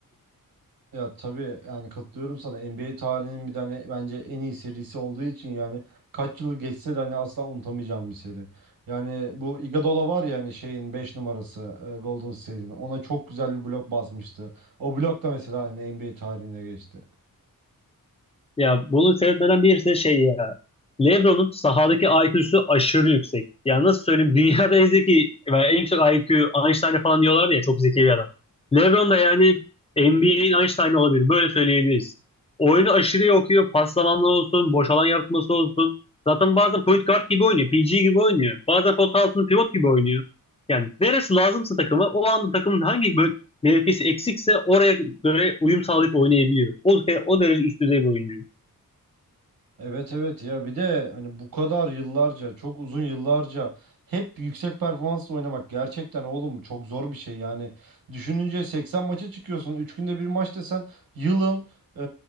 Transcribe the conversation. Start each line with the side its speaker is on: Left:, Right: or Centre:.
Right: Ya tabii yani katılıyorum sana. NBA tarihinin bir tane bence en iyi serisi olduğu için yani kaç yıl geçse de hani asla unutamayacağım bir seri. Yani bu Iguodala var ya hani şeyin 5 numarası e, Golden State'in. Ona çok güzel bir blok basmıştı. O blok da mesela hani NBA tarihine geçti.
Left: Ya bunu seyretmeden birisi şey ya. LeBron'un sahadaki IQ'su aşırı yüksek. Yani nasıl söyleyeyim dünyada en zeki veya en yüksek IQ Einstein'e falan diyorlar ya çok zeki bir adam. LeBron da yani NBA'in Einstein'ı olabilir. Böyle söyleyebiliriz. Oyunu aşırı iyi okuyor. Paslamanlar olsun, boş alan yaratması olsun. Zaten bazen point guard gibi oynuyor. PG gibi oynuyor. Bazen pot altında pivot gibi oynuyor. Yani neresi lazımsa takıma o an takımın hangi bö- mevkisi eksikse oraya göre uyum sağlayıp oynayabiliyor. O, o derece üst düzey bir oyuncu.
Right: Evet evet ya bir de hani bu kadar yıllarca çok uzun yıllarca hep yüksek performansla oynamak gerçekten oğlum çok zor bir şey yani. Düşününce 80 maça çıkıyorsun 3 günde bir maç desen yılın e,